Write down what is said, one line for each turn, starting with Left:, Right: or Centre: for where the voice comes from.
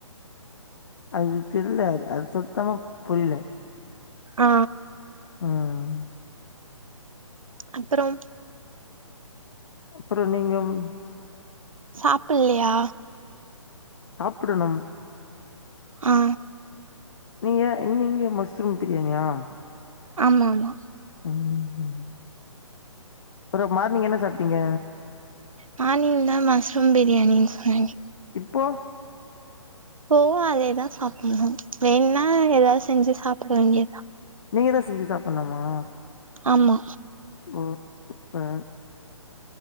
Left: அது திருந்தாது அது சுத்தமா புரில
Right: ஆ
Left: ம்
Right: அப்பறம்
Left: அப்பறோ நீங்கம்
Right: சாப்ல்லையா
Left: சாப்டணும்
Right: ஆ
Left: நீங்க நீங்க மஷ்ரூம் பிரியாணியா
Right: ஆமா ஆமா
Left: ம் ம் அப்பறோ மார்னிங் என்ன சாப்ட்டீங்க
Right: மார்னிங் தா மஸ்ரூம் பிரியாணின்னு சொன்னனே
Left: இப்போ
Right: இப்பவு அதேதா சாப்டணு வேணுன்னா ஏதாவது செஞ்சி சாப்ட வேண்டியதா
Left: நீங்கதா செஞ்சி சாப்டணுமா
Right: ஆமா
Left: ஓ சூப்பர்